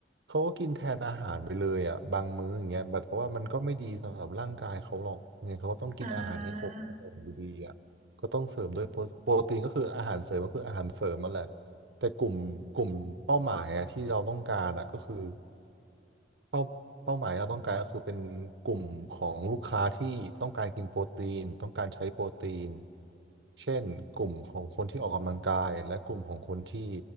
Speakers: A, on the right; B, on the right.
A: เขาก็กินแทนอาหารไปเลยอ่ะบางมื้ออย่างเงี้ยแบบเพราะว่ามันก็ไม่ดีสำหรับร่างกายเขาหรอกยังไงเขาก็ต้องกินอาหารให้ครบ
B: อ่า
A: อยู่ดีอ่ะก็ต้องเสริมด้วยโปรโปรตีนก็คืออาหารเสริมก็คืออาหารเสริมนั่นแหละแต่กลุ่มกลุ่มเป้าหมายอะที่เราต้องการอ่ะก็คือ เป้าเป้าหมายเราต้องการก็คือเป็นกลุ่มของลูกค้าที่ต้องการกินโปรตีนต้องการใช้โปรตีนเช่นกลุ่มของคนที่ออกกำลังกายและกลุ่มของคนที่